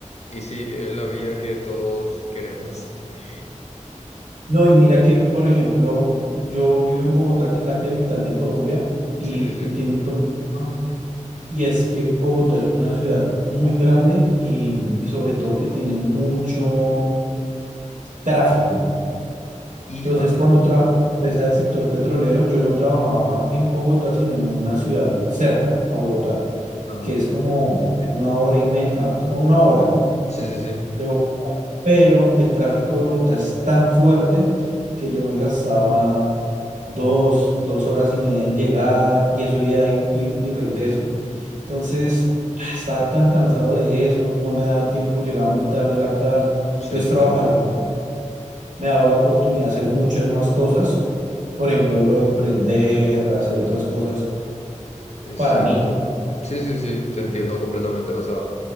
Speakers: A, on the left; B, on the right.
A: y sí, es la vida que todos queremos. <laughs>
B: No, y mira que, por ejemplo, yo vivo en Bogotá, que es la capital de Colombia, y,
A: Sí, sí, sí.
B: y tiene un problema, y es que Bogotá es una ciudad muy grande y, y sobre todo que tiene mucho tráfico.
A: Hija.
B: Entonces, cuando trabajaba en la empresa del sector petrolero, yo no trabajaba en Bogotá, sino en una ciudad cerca a Bogotá,
A: Ah,
B: que es como una hora y me, a- como a una hora.
A: sí, sí, sí.
B: de Bogotá. pero el tráfico de Bogotá es tan fuerte que yo me gastaba dos, dos horas y media en llegar y eso ya ir y, y regreso. Entonces, ah, estaba tan cansado de eso, no me daba tiempo, llegaba muy tarde a la casa.
A: Sí,
B: Entonces, trabajar
A: sí, sí.
B: en- me ha dado la oportunidad de hacer muchas más cosas, por ejemplo, lo de emprender, hacer otras cosas
A: Exacto.
B: para mí.
A: Sí, sí, sí, te entiendo completamente. O sea,